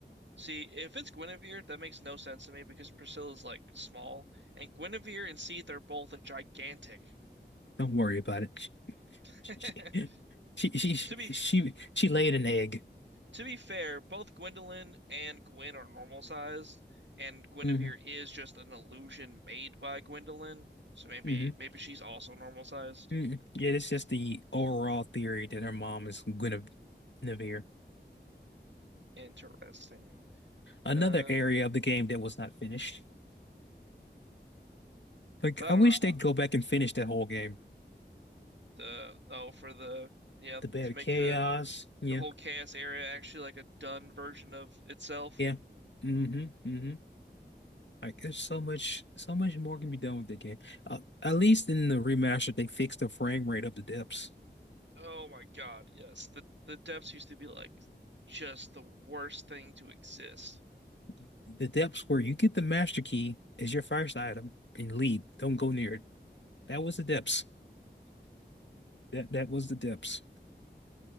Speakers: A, on the right; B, on the left.
A: See, if it's Guinevere, that makes no sense to me because Priscilla's like small, and Guinevere and Seath are both gigantic.
B: don't worry about it.
A: <laughs>
B: She she she she she,
A: To be
B: she, she laid an egg.
A: to be fair, both Gwendolyn and Gwen are normal sized, and Guinevere
B: hmm
A: is just an illusion made by Gwendolyn. So maybe
B: hmm
A: maybe she's also normal sized.
B: hmm Yeah, it's just the overall theory that her mom is Guinevere.
A: Interesting.
B: Another
A: Uh,
B: area of the game that was not finished. Like
A: but I
B: I wish
A: don't know.
B: they'd go back and finish that whole game.
A: The oh for the yeah
B: The Bed
A: to
B: of
A: make
B: Chaos.
A: the
B: Yeah,
A: the whole chaos area actually like a done version of itself.
B: yeah. hmm hmm Like there's so much, so much more can be done with the game. Uh, at least in the remaster, they fixed the frame rate of the depths. <laughs>
A: Oh my God, yes. The the depths used to be like just the worst thing to exist.
B: Mhm. The depths where you get the master key as your first item and leave. Don't go near it. That was the depths. That that was the depths.